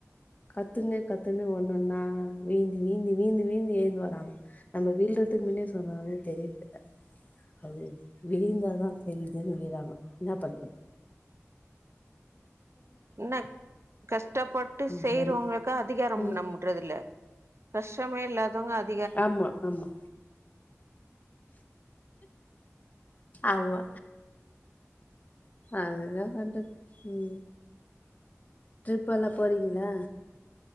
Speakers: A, on the left (about 30°); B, on the right (about 55°).
A: கத்துனு கத்துனு வந்தாங்க நாங்க வீந்தி வீந்தி வீந்தி வீந்தி ஏந்து வராங்க நம்ப வீழ்றதுக்கு முன்னே சொன்னாலே தெரிது அது விழுந்தாதா தெரிதுன்னு விழறாங்க என்னா பண்றது
B: என்னா கஷ்டப்பட்டு
A: ம்
B: செய்றவங்களுக்கு
A: ஜானி
B: அதிகாரம்
A: ம்
B: நமக் ட்றதில்ல கஷ்டமே இல்லாதவங்க அது
A: ஆமா ஆமா ஆமா அது வேனா பண்றது ம் ட்ரிபெல்லா போறீங்களா